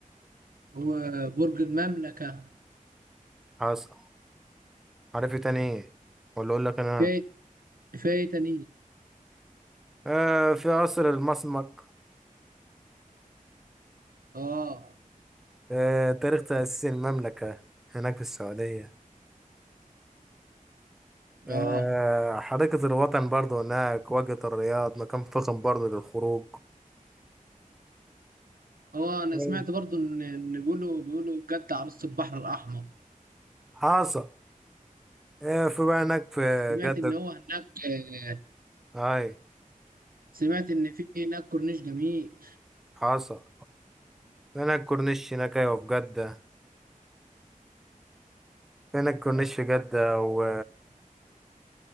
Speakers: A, on the right (about 85°); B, in the centre.
A: وبرج المملكة
B: حصل عارف إيه تاني إيه ولا أقول لك أنا
A: في في إيه تاني
B: آه في قصر المسمك
A: آه
B: آه تاريخ تأسيس المملكة هناك في السعودية آه
A: آه
B: حديقة الوطن برضو هناك واجهة الرياض مكان فخم برضو للخروج
A: هو أنا
B: أيوة.
A: سمعت برضو إن إن بيقولوا بيقولوا جدة عروسة البحر الأحمر
B: حصل آه في بقى هناك في
A: سمعت
B: جدة
A: إن هو هناك آه،
B: أي
A: سمعت إن في هناك كورنيش جميل
B: حصل هناك كورنيش هناك أيوة في جدة هناك كورنيش في جدة و...